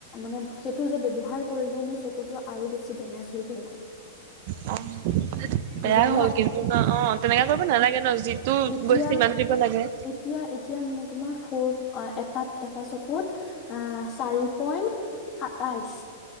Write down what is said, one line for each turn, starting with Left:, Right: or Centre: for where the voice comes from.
Left: মানে সেইটো যে ব্যৱহাৰ কৰিলো মোৰ চকুটো আৰু বেছি ডেমেজ হৈ গ'ল।
Right: <unintelligible>
Left: বুজি
Right: বেয়া
Left: পালা
Right: হ'ল কিন্তু ন অ তেনেকুৱা কৰিব নালাগে ন যিটো
Left: এতিয়া
Right: গৈছিল সিমান টো দিব লাগে।
Left: এতিয়া এতিয়া মোৰ তোমাৰ ফৰ অ এটা এটা চকুত চাৰি পইণ্ট সাতাইশ।